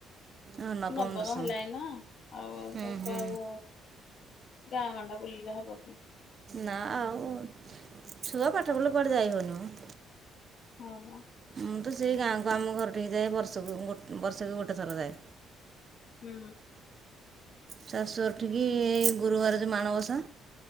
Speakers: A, on the right (about 40°); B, on the left (about 55°).
A: ହଁ
B: ନବମ
A: ଦଶମ
B: ହେଲାଣି ନା ଆଉ
A: ହୁଁ
B: ତାକୁ
A: ହୁଁ
B: ଆଉ ଗାଁ ଗଣ୍ଡା ବଲିଲଲେ ହବ। କି?
A: ନା ଆଉ ଛୁଆ ପାଠ ପଢଲ କୁଆଡେ ଯାଇ ହଉନୁ ମ।
B: ହଁ ମ।
A: ମୁଁ ତ ସେ ଗାଁକୁ ଆମ ଘରଟେ ହେଇଯାଏ ବର୍ଷକୁ ଗୋ ବର୍ଷକୁ ଗୋଟେ ଥର ଯାଏ।
B: ହୁଁ
A: ଶାଶୁ ଉଠିକି ଏଇ ଗୁରୁବାର ମାଣବସା